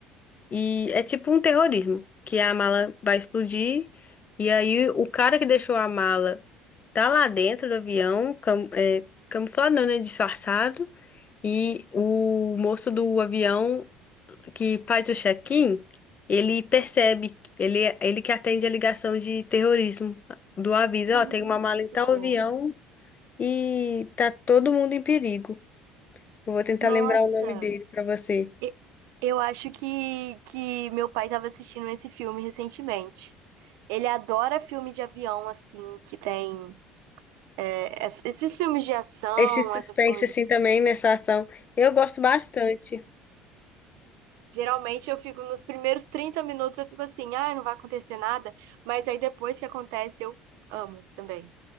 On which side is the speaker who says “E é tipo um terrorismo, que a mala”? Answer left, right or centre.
Left